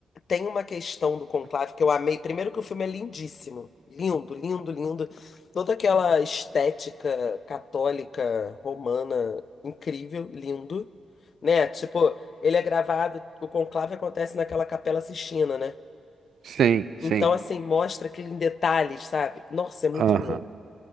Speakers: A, on the left; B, on the right.
A: tem uma questão do Conclave que eu amei. Primeiro que o filme é lindíssimo. Lindo, lindo, lindo. Toda aquela estética católica, romana, incrível, lindo. Né? Tipo, ele é gravado... O Conclave acontece naquela Capela Sistina, né?
B: Sim, sim.
A: Então, assim, mostra aquele em detalhes, sabe? Nossa, é muito
B: Aham.
A: lindo.